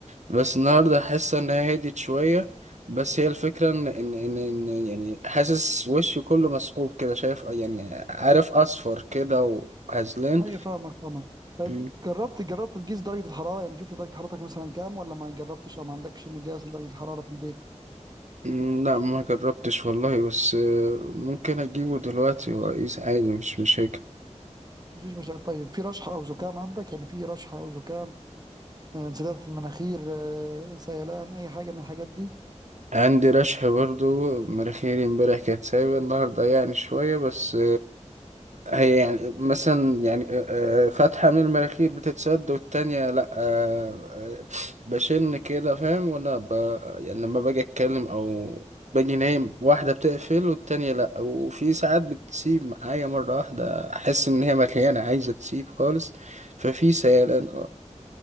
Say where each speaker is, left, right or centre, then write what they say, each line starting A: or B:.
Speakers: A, on the right; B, on the right.
A: بس النهارده حاسه ان هي هديت شويه بس هي الفكره ان ان ان, إن يعني حاسس وشي كله مسحوب كده شايف يعني عارف اصفر كده وهزلان
B: ايوه فاهمك فاهمك طيب
A: م-
B: جربت جربت تقيس درجة الحرارة يعني شفت درجة حرارتك مثلا كام ولا ما جربتش او ما عندكش مقياس لدرجة الحرارة في البيت
A: م- لا ما جربتش والله بس آه، ممكن اجيبه دلوقتي واقيس عادي مش مشاكل
B: مفيش مشاكل طيب في رشحة او زكام عندك يعني في رشحة او زكام آه، انسداد في المناخير آه، سيلان اي حاجة من الحاجات دي
A: عندي رشح برضو مناخيري امبارح كانت سايبة النهارده يعني شويه بس هي يعني مثلا يعني آه، آه، فتحة من المناخير بتتسد والتانية لأ آه، آه، بشن كده فاهم وأنا ب... يعني لما باجي أتكلم أو باجي نايم واحدة بتقفل والتانية لأ وفي ساعات بتسيب معايا مرة واحدة أحس إن هي مليانة عايزة تسيب خالص ففي سيلان اه